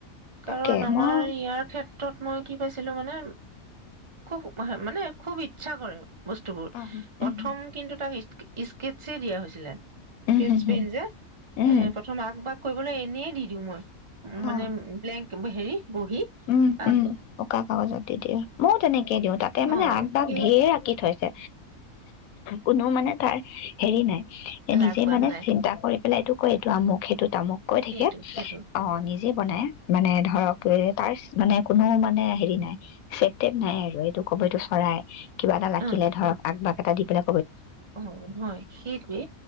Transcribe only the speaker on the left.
তাকে
মই
অ
উম
উম
হুম হুম
উম
অ
উম
উম কাগজত দি দিওঁ ময়ো তেনেকে দিওঁ তাতে মানে
আগবাগ
ধেৰৰ আঁকি ঠছে। কোনো মানে তাৰ হেৰি নাই। নিজে
মানে
চিন্তা কৰি, পেলাই এইটো অ' এটো অমুক খাইটো তামুক কৈ
থাকে,
অ', নিজে বনাই। মানে ধৰক পু তাৰ মানে কোনো মানে হেৰি নাই চেপ টেপ নাই। এইটো কবটো চৰাই কিবা এটা লাগিলে
ধৰ আগবাঘ এটা দি পিলে